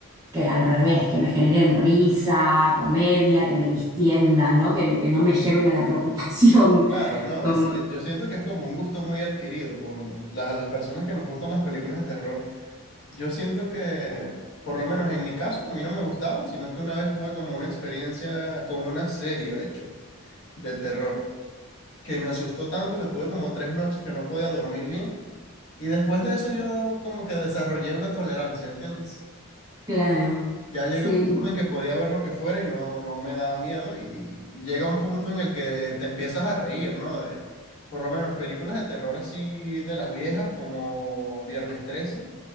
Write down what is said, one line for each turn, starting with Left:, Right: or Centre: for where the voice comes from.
Right: que al revés, que me generen risa, comedia, que me distiendan, ¿no? Que, que no me lleven a la preocupación,
Left: Claro,
Right: <laughs>
Left: no,
Right: como,
Left: es, eh, yo siento que es como un gusto muy adquirido por uno. Las, las personas que nos gustan las películas de terror, yo siento que, por lo menos en mi caso, a mí no me gustaban, sino que una vez tuve como una experiencia con una serie, de hecho, de terror, que me asustó tanto que tuve como tres noches que no podía dormir bien. Y después de eso yo como que desarrollé una tolerancia, ¿entiendes?
Right: claro.
Left: Ya llegué
Right: Sí,
Left: a un punto en que podía ver lo que fuera y no, no me daba miedo y llega un punto en el que te empiezas a reír, ¿no? De, por lo menos películas de terror así de las viejas como Viernes 13